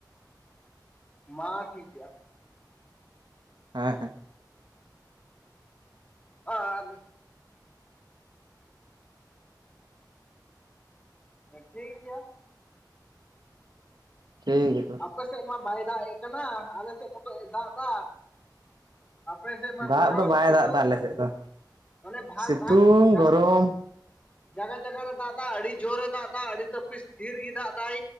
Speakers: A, on the left (about 15°); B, on the right (about 70°).
A: ᱢᱟ ᱴᱷᱤᱠ ᱜᱮᱭᱟ᱾
B: ᱦᱮᱸ ᱦᱮᱸ᱾
A: ᱟᱨ ᱦᱮᱸ ᱴᱷᱤᱠ ᱜᱮᱭᱟ᱾
B: ᱴᱷᱤᱠ ᱜᱮ
A: ᱟᱯᱮ ᱥᱮᱫ ᱢᱟ ᱵᱟᱭ ᱫᱟᱜ ᱮ ᱠᱟᱱᱟ, ᱟᱞᱮ ᱥᱮᱫ ᱢᱚᱛᱚᱡ ᱮ ᱫᱟᱜ ᱫᱟ, ᱟᱯᱮ ᱥᱮᱜ ᱢᱟ
B: ᱫᱟᱜ
A: ᱜᱟᱨᱚᱢ
B: ᱫᱚ ᱵᱟᱭ
A: ᱥᱤᱛᱩᱝ
B: ᱫᱟᱜ ᱮᱫᱟ ᱟᱞᱮ ᱥᱮᱫ ᱫᱚ
A: ᱚᱱᱮ ᱵᱷᱟᱜ
B: ᱥᱤᱛᱩᱝ
A: ᱵᱷᱟᱜ ᱡᱟᱜ
B: ᱜᱚᱨᱚᱢ
A: ᱡᱟᱜᱟ ᱡᱟᱜᱟ ᱨᱮ ᱫᱟᱜ ᱫᱟᱭ, ᱟᱰᱤ ᱡᱳᱨᱮ ᱫᱟᱜ ᱫᱟᱭ ᱟᱰᱤ ᱛᱟᱯᱤᱥ ᱰᱷᱤᱨ ᱜᱮ ᱫᱟᱜ ᱫᱟᱭ᱾